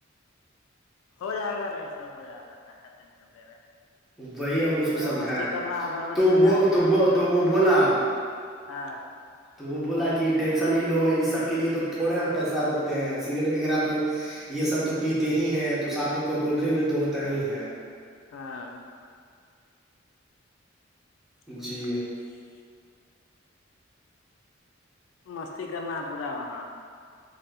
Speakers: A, on the left; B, in the centre.
A: ہو جائے گا رہ سب ہو جائے گا کہ ہے ٹینشن لے رہے
B: وہی ہم اس
A: پورا
B: کو سمجھائائےیں
A: مستی کرنا ہے بربڑی
B: تو
A: میں
B: وہ
A: جا کے
B: تو وہ تو وہ بولا
A: ہاں
B: تو وہ بولا کہ ٹینشن ہی لو اس سب کے لیے تو تھوڑے ہم پیسہ روکتے ہیں سگریٹ وغیرہ تو یہ سب تو پیتے ہی ہیں تو ساتھ میں کولڈ ڈرنک بھی تو ہوتا ہی ہے
A: ہاں <inaudible>
B: جی
A: مستی کرنا ہے پورا وہاں